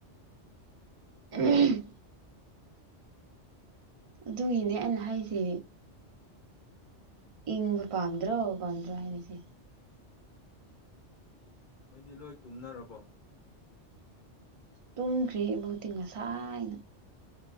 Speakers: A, on the right; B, on the left.
A: ꯎ ꯑꯗꯨꯒꯤꯅꯦ ꯑꯩꯅ ꯍꯥꯏꯁꯦ ꯏꯪꯕ
B: ꯎꯝ
A: ꯄꯥꯝꯗ꯭ꯔꯣ ꯄꯟꯗ꯭ꯔꯣ ꯍꯥꯏꯅꯁꯤꯦ
B: ꯑꯩꯗꯤ ꯂꯣꯏ ꯇꯨꯝꯅꯔꯕꯣ
A: ꯇꯨꯝꯈ꯭ꯔꯤ ꯏꯕꯨꯗꯤꯤ ꯉꯁꯥꯏꯅ